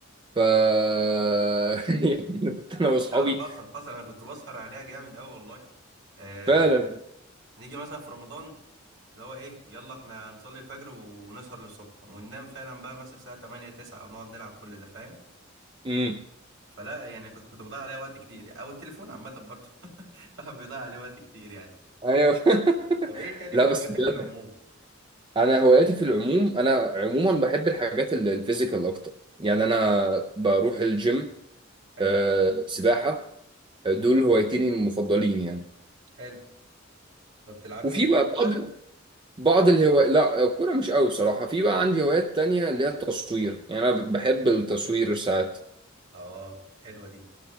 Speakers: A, on the right (about 25°); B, on the right (about 65°).
A: ف <laughs> يعني كنت أنا وأصحابي
B: لا حصل حصل انا كنت بسهر عليها جامد قوي والله آه
A: فعلا
B: نيجي مثلا في رمضان اللي هو ايه يلا احنا هنصلي الفجر ونسهر للصبح وننام فعلا بقى مثلا الساعه 8 9 ونقعد نلعب كل ده فاهم
A: امم
B: فلا يعني كنت كنت بضيع عليه وقت كتير يعني. او التليفون عامه برضه <laughs> الواحد بيضيع عليه وقت كتير يعني
A: أيوه <laughs>
B: طب ايه تاني
A: لا
B: من هواياتك
A: بس بجد
B: في العموم
A: أنا هواياتي في العموم أنا عموما بحب الحاجات ال- الفيزيكال أكتر يعني أنا بروح الجيم
B: حلو
A: آه، سباحة آه، دول هوايتين المفضلين يعني
B: حلو ما بتلعبش
A: وفي
B: كوره
A: بقى
B: وكده
A: بعض بعض الهوايات لا الكورة مش قوي بصراحة في بقى عندي هوايات تانية اللي هي التصوير يعني أنا بحب التصوير ساعات
B: اه حلوه دي